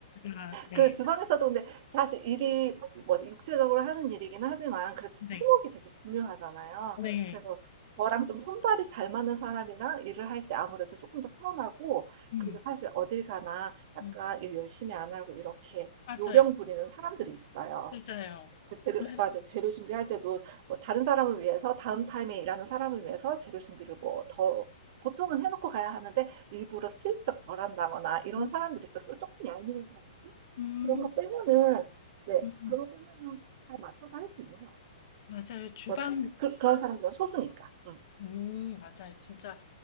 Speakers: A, on the left; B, on the right.
A: 아, 네.
B: 그 주방에서도 근데 사실 일이 뭐지 육체적으로 하는 일이긴 하지만 그래도
A: 네.
B: 팀워크가 되게 중요하잖아요.
A: 네.
B: 그래서 저랑 좀 손발이 잘 맞는 사람이랑 일을 할 때 아무래도 조금 더 편하고
A: 음,
B: 그리고 사실 어딜 가나 약간
A: 음,
B: 일 열심히 안 하고 이렇게
A: 맞아요.
B: 요령 부리는 사람들이 있어요.
A: 맞아요.
B: 그 재료
A: <laughs>
B: 맞아. 재료 준비할 때도 뭐 다른 사람을 위해서 다음 타임에 일하는 사람을 위해서 재료 준비를 뭐 더 보통은 해 놓고 가야 하는데 일부러 슬쩍 덜 한다거나 이런
A: 음,
B: 사람들이 있어서 조금 얄미운 사람들?
A: 음,
B: 그런 거 빼면은 네
A: 음, 음.
B: 그런 거 빼면은 잘 맞춰서 할 수 있는 것 같아요.
A: 맞아요. 주방
B: 뭐 그 그런 사람들은 소수니까. 음.
A: 음 맞아요. 진짜